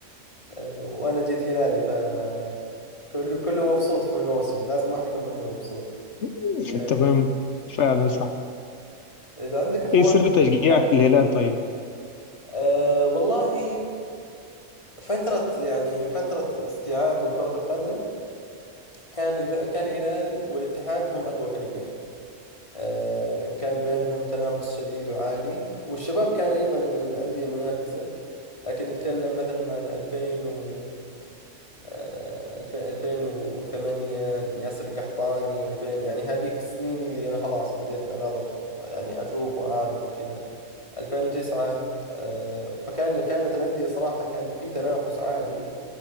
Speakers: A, on the left; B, on the left.
A: أه، وانا جيت هلالي فكله كله مبسوط في الموسم لازم واحد يكون منه مبسوط
B: <laughs>
A: أه،
B: تمام فعلا صح
A: اذا عندك اخوان
B: إيه سر تشجيعك
A: كان
B: للهلال طيب؟
A: أه والله فترة يعني فترة استيعابي لكرة القدم كان الف... كان الهلال والاتحاد هم أقوى فريقين أه كان بينهم تنافس شديد وعالي والشباب كان أيضا من الأندية المنافسة لكن نتكلم مثلا على 2000 و آه، الف- 2008 ياسر القحطاني 2000 يعني هذيك السنين اللي أنا خلاص بديت أناظر يعني أشوف وأعرف وكذا 2009 آه، فكان كانت الأندية صراحة كان في تنافس عالي